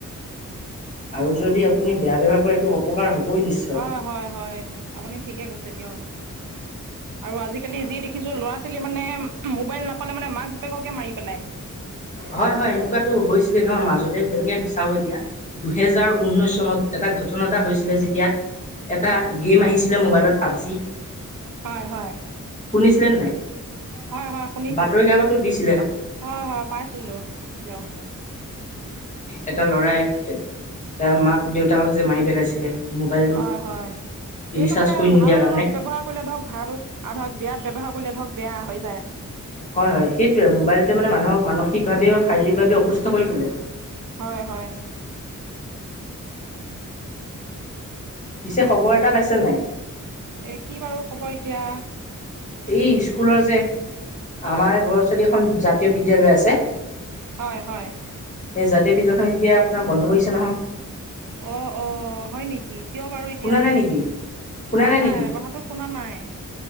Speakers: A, on the left; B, on the right.
A: আৰু যদি আপুনি বেয়া। ব্যৱহাৰ কৰে এইটো অপকাৰ হ'বই নিশ্চয়।
B: হয় -হয় -হয় আপুনি ঠিকে কৈছে দিয়ক আৰু আজিকালি যি দেখিছো লৰা ছোৱালী মানে মোবাইল নাপালে মানে মাক। বাপেককে মাৰি পেলাই
A: হয় হয় এনেকুৱাতো হৈছিলে ন মাজতে যেনেকে চাও এতিয়া। দুহেজাৰ ঊনৈশ চনত এটা ঘটনা এটা হৈছিলে যেতিয়া এটা গেম আহিছিলে মোবাইলত পাবজি
B: হয় হয়
A: শুনিছিলে নাই
B: হয় হয় শুনিছিলোঁ
A: বাতৰি কাকতো দিছিল। <inaudible> যে
B: হয় হয় পাইছিলোঁ দিয়ক
A: এটা ল'ৰাই তাৰ মাক দেউতাহক যে মাৰি পেলাইছিলে মোবাইলটোত
B: হয় হয় এইটো
A: ৰিচাৰ্জ
B: মানে
A: কৰি নিদিয়াৰ
B: ভালত
A: কাৰণে।
B: ব্য্ৱহাৰ কৰিলে ধৰক ভাল আৰু ধৰক বিয়াত ব্যৱহাৰ কৰিলে ধৰক বেয়া হয়
A: হয় হয় সেইটোয়ে মোবাইলটোে মানে মানুহক মানসিকভাৱে শাৰীৰিক ভাৱে অসুস্থ কৰি তোলে
B: হয় -হয়
A: পিছে খবৰ এটা পাইছে নাই।
B: এ কি বাৰু খবৰ এতিয়া
A: এই স্কুলৰ যে আমাৰ ঘৰ ছোৱালী এখন জাতীয় বিদ্যালয় আছে সেই
B: হয় হয়
A: জাতীয় গোটেই ভিতলখন এতিয়া আপোনাৰ বন্ধ কৰিছে নহয়
B: অ- অ হয় নেকি কি কিয় বাৰু এতিয়া
A: শুনা নাই নেকি শুনা
B: নাই নাই
A: নেকি
B: কথাটো শুনা নাই।